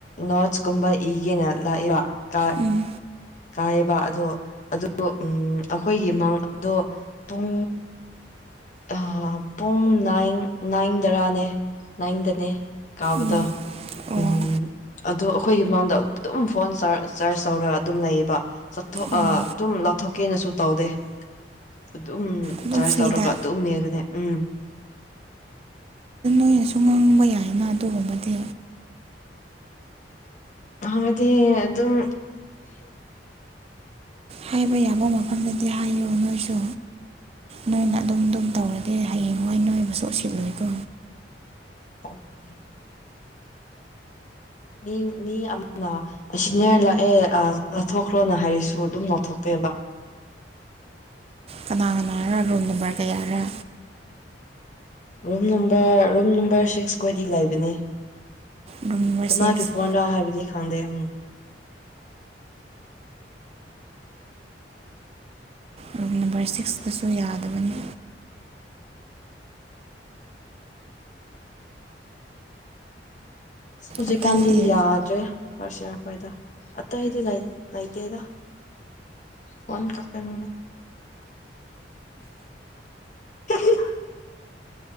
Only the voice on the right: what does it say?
ꯎꯝ
ꯎꯝ ꯑꯣ
ꯑꯣ
ꯑꯗꯨꯝ
ꯐ꯭ꯔꯤꯗ
ꯅꯪꯅꯁꯨ ꯉꯥꯡꯕ ꯌꯥꯏꯅ ꯑꯗꯨꯒꯨꯝꯕꯗꯤ
ꯍꯥꯏꯕ ꯌꯥꯕ ꯃꯐꯝꯗꯗꯤ ꯍꯥꯏꯌꯨ ꯅꯣꯏꯁꯨ ꯅꯣꯏꯅ ꯑꯗꯨꯝ ꯑꯗꯨꯝ ꯇꯧꯔꯗꯤ ꯍꯌꯦꯡꯋꯥꯏ ꯅꯣꯏꯕꯨꯁꯨ ꯎꯠꯁꯤꯜꯂꯣꯏꯀꯣ꯫
ꯀꯅꯥ ꯀꯅꯥꯔ ꯔꯨꯝ ꯅꯝꯕꯔ ꯀꯌꯥꯔ?
Room number
six
ꯔꯨꯝ ꯅꯝꯕꯔ ꯁꯤꯛꯁꯇꯁꯨ ꯌꯥꯗꯕꯅꯤ꯫
ꯑꯇꯩꯗꯤ